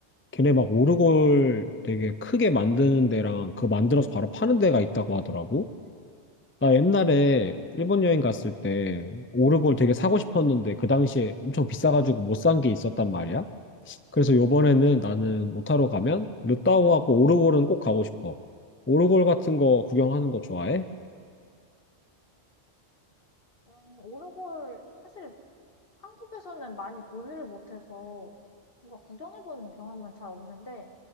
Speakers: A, on the left; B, on the left.
A: 걔네 막 오르골
B: 음.
A: 되게 크게 만드는 데랑 그거 만들어서 바로 파는 데가 있다고 하더라고. 나 옛날에 일본 여행 갔을 때 오르골 되게 사고 싶었는데 그 당시에 엄청 비싸가지고 못 산 게 있었단 말이야. 그래서 요번에는 나는 오타로 가면 루타오하고 오르골은 꼭 가고 싶어. 오르골 같은 거 구경하는 거 좋아해?
B: 음, 오르골 사실 한국에서는 많이 보지를 못해서 뭔가 구경해보는 경험은 잘 없는데